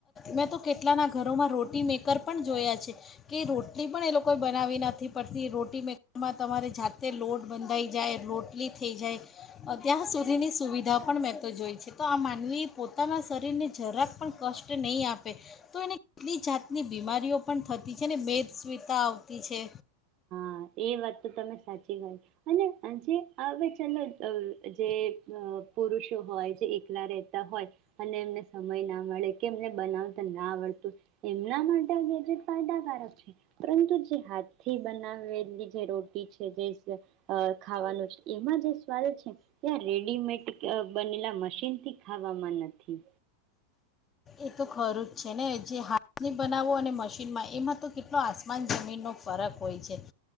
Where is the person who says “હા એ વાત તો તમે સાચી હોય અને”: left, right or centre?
Right